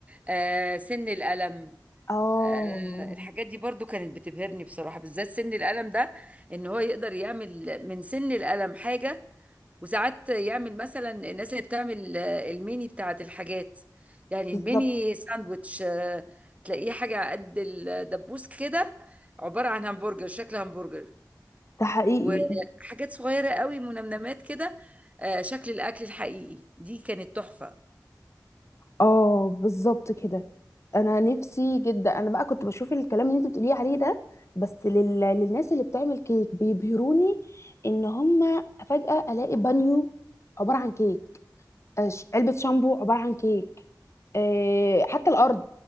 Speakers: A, on the right; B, on the left.
A: آه سن القلم
B: اه
A: آه الحاجات دي برضو كانت بتبهرني بصراحه بالذات سن القلم ده ان هو يقدر يعمل من سن القلم حاجه وساعات يعمل مثلا الناس اللي بتعمل آه، الميني بتاعت الحاجات يعني
B: بالظبط
A: الميني ساندويتش آه تلاقيه حاجه على قد الدبوس كده عباره عن همبرجر شكل همبرجر
B: ده حقيقي
A: وحاجات صغيرة قوي منمنمات كده آه، شكل الأكل الحقيقي دي كانت تحفة
B: اه بالظبط كده انا نفسي جدا انا بقى كنت بشوف الكلام اللي انت بتقوليه عليه ده بس لل... للناس اللي بتعمل كيك بيبهروني ان هم فجأة الاقي بانيو عبارة عن كيك آه، ش- علبة شامبو عبارة عن كيك آه، حتى الأرض